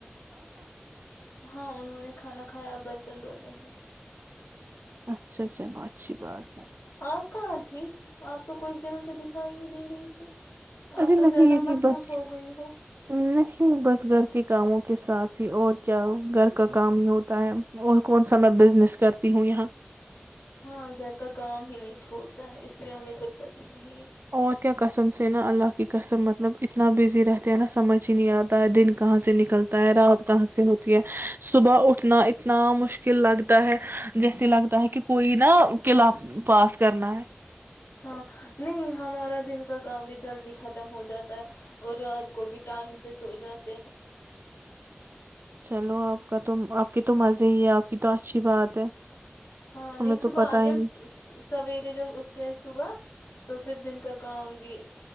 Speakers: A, on the left; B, on the right.
A: ہاں انہوں نے کھانا کھایا برتن دون ہیں
B: اچھا چلو اچھی بات ہے
A: آپ کہاں تھی آپ تو کچھ دنوں سے دکھائی نہیں دے رہی تھی
B: ارے
A: آپ تو
B: نہیں
A: زیادہ
B: یہی
A: مصروف
B: بس
A: ہو گئی ہو
B: نہیں بس گھر کے کاموں کے ساتھ ہی اور کیا گھر کا کام ہی ہوتا ہے اور کون سا میں بزنس کرتی ہوں یہاں
A: ہاں گھر کا کام ہی نہیں چھوڑتا ہے اس لیے ہمیں فرصت نہیں ہے
B: اور کیا قسم سے نا اللہ کی قسم مطلب اتنا بزی رہتے ہیں نا سمجھ ہی نہیں آتا ہے دن کہاں سے نکلتا ہے رات کہاں سے ہوتی ہے صبح اٹھنا اتنا مشکل لگتا ہے جیسے لگتا ہے کہ کوئی ن قلعہ پاس کرنا ہے
A: ہاں نہیں ہمارا دن کا کام بھی جلدی ختم ہو جاتا ہے اور رات کو بھی ٹائم سے سو جاتے ہیں
B: چلو آپ کا تو آپ کی تو مزے ہی ہے آپ کی تو اچھی بات ہے
A: ہاں نہیں
B: ہمیں
A: صبح
B: تو پتا ہی
A: جب
B: نہیں
A: سویرے جب اٹھتے ہیں صبح تو پھر دن کا کام بھی